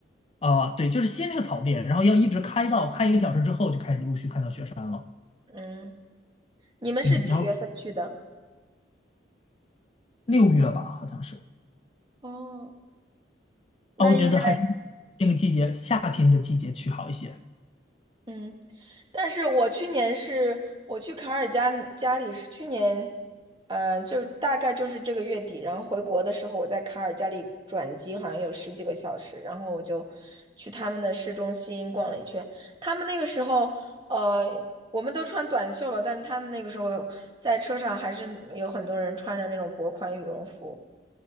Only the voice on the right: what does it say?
嗯，你们是几月份去的？
哦，那应该。
嗯，但是我去年是我去卡尔加加里是去年，嗯，就大概就是这个月底，然后回国的时候我在卡尔加里转机，好像有十几个小时，然后我就去他们的市中心逛了一圈。他们那个时候，呃，我们都穿短袖了，但是他们那个时候在车上还是有很多人穿着那种薄款羽绒服。